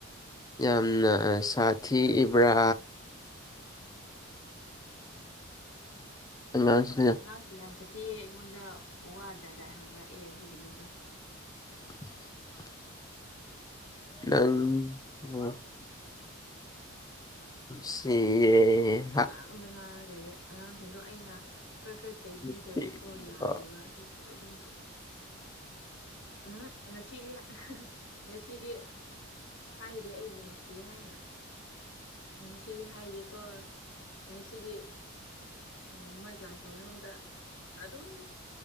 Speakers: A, on the left; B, on the left.
A: ꯌꯥꯝꯅ ꯁꯥꯊꯤ ꯏꯕ꯭ꯔꯥ ꯑ
B: ꯑꯉꯥꯡꯁꯦ ꯌꯥꯝ ꯆꯠꯊꯤꯑ ꯑꯩꯉꯣꯟꯗ ꯋꯥ ꯋꯥ ꯖꯥ ꯖ ꯍꯪꯔꯛꯑꯦ ꯑꯗꯨꯒꯤꯅꯤꯗ
A: <inaudible> ꯪ ꯁꯤ ꯑꯦ
B: ꯍ ꯉꯥꯡꯗ ꯉꯥꯡꯉꯒ ꯑꯉꯥꯡꯁꯤꯡꯗꯣ ꯑꯩꯅ ꯈꯔ ꯈꯔ ꯆꯩꯕꯤꯗ꯭ꯔꯗꯤꯀꯣ
A: ꯑꯉꯥꯡꯁꯤꯡꯗꯣ
B: ꯌꯥꯗꯦꯕ ꯑꯗꯨ ꯀ ꯑꯗꯨꯝ ꯆ ꯎꯝ ꯉꯁꯤꯗꯤ ꯉꯁꯤꯗꯤ ꯍꯥꯏꯔꯦ ꯑꯩꯕꯨ ꯅꯨꯡꯁꯤ ꯍꯥꯏꯅ ꯉꯁꯤꯗꯤ ꯍꯥꯏꯔꯦꯀꯣ ꯉꯁꯤꯗꯤ ꯎꯝ ꯃꯣꯏ ꯀ꯭ꯂꯥꯁ ꯃꯅꯨꯡꯗ ꯑꯗꯨꯝ